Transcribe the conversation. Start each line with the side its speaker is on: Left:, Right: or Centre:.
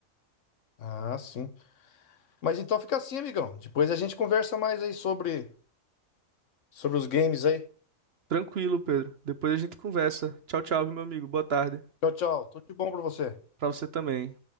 Left: Ah, sim. Mas então fica assim, amigão. Depois a gente conversa mais aí sobre sobre os games aí.
Right: Tranquilo, Pedro. Depois a gente conversa. Tchau, tchau, viu, meu amigo. Boa tarde.
Left: Tchau, tchau. Tudo de bom pra você.
Right: Pra você também.